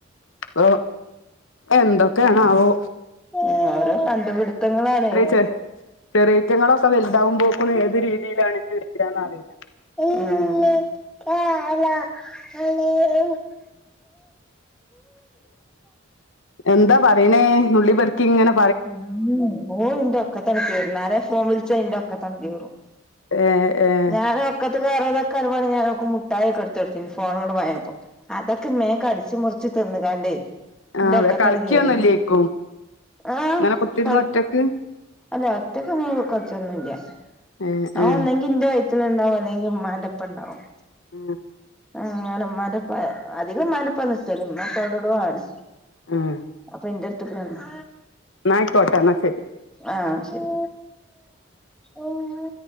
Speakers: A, on the left (about 75°); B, in the centre.
A: അപ്പൊ എന്തൊക്കെയണാവോ.
B: ഉം ഓരോ കണ്ടുപിടുത്തങ്ങളാണേ.
A: ചെ ചെറിയേറ്റങ്ങളൊക്കെ വലുതാവുമ്പോക്കിന് ഏത് രീതിയിലാണ് ഇഞ്ഞ് വരാന്ന റീല്ല.
B: ഉം
A: എന്താ പറിണേ നുള്ളിപർ ക്കിങ്ങനെ.
B: ഉം ഓളിന്റെറ ഒക്കത്തണ് കേറും ആരേ ഫോൺ വിളിച്ചാ ഇന്റെറ ഒക്കത്താണ്ട് കേറും.
A: ഏഹ് ഏഹ്
B: ഞാന്. ഒക്കത്ത് കയറാതക്കാനും വേണ്ടി ഞാ ഓക്ക് മുട്ടായി ഒക്ക ഇടുത്ത്ടുത്തിനു ഫോണാണ്ട് മാങ്ങിയപ്പം അതൊക്കെ മേ കടിച്ച് മുറ്ച്ച് തിന്ന്കാണ്ടേ ഇന്റെ
A: ആഹ്
B: ഒക്കത്താണ്ട്
A: കളിക്കൊന്നുല്ലേക്കും
B: കേറീണ് ആഹ്
A: ഇങ്ങനെ കുത്തിരുന്ന്
B: കളിക്കു
A: ഒറ്റക്ക്
B: അല്ലഒറ്റക്കങ്ങനെ കൾച്ചൊന്നുല്ല
A: ഏഹ്
B: ആ
A: ഏഹ്
B: ഒന്നെങ്കി ഇന്റെ വയ് ത്തോലണ്ടാവും അല്ലെങ്കി മ്മാന്റപ്പണ്ടാവും.
A: ആഹ്
B: അങ്ങനെ മ്മാന്റപ്പ അധികം മ്മാന്റ പ്പ നിക്കല് ഇമ്മപ്പഅവിടെവി ടൊ ആണ്
A: ആഹ്
B: അപ്പഇന്റെ ട്ത്ത്ക്ക് വന്നാ
A: ന്നയ് ക്കോട്ടെ ന്നാ ശരി.
B: ആഹ് ശരി. ഉമ്മ